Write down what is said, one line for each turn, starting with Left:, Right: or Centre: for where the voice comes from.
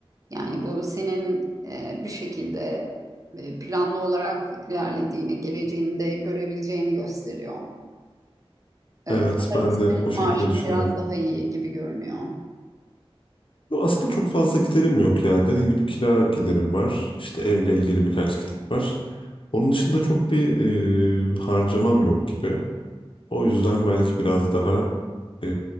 Right: Yani bu senin e, bir şekilde e, planlı olarak ilerlediğini, geleceğini de görebileceğini gösteriyor. E,
Left: Evet
Right: sanırım
Left: ben
Right: senin
Left: de o
Right: maaşın
Left: şekilde düşünüyorum.
Right: biraz daha iyi gibi görünüyor.
Left: Yo, Aslında çok fazla giderim yok yani. Dediğim gibi kira giderim var. İşte evle ilgili birkaç kitap var. Onun dışında çok bir e, harcamam yok gibi. O yüzden belki biraz daha e,